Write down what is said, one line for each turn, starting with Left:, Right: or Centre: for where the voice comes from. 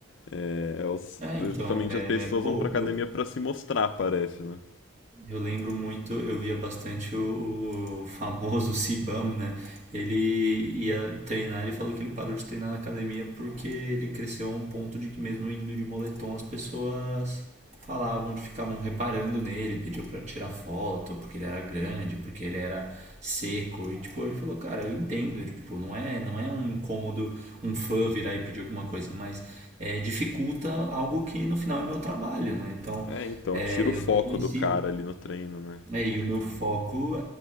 Left: É,
Right: É, então,
Left: é justamente
Right: é,
Left: as pessoas
Right: pô,
Left: vão pra academia
Right: eu,
Left: pra se mostrar, parece, né?
Right: Eu lembro muito, eu via bastante o, o famoso <laughs> Sibam né? Ele ia treinar, ele falou que ele parou de treinar na academia porque ele cresceu a um ponto de que mesmo indo de moletom as pessoas falavam, ficavam reparando nele, pediu pra tirar foto, porque ele era grande, porque ele era seco e tipo, ele falou, cara, eu entendo, tipo, não é, não é um incômodo um fã virar e pedir alguma coisa, mas é, dificulta algo que no final é meu trabalho, né? Então,
Left: É, então,
Right: é,
Left: tira o
Right: eu
Left: foco
Right: tenho
Left: do
Right: esse,
Left: cara ali no treino, né?
Right: é, e o meu foco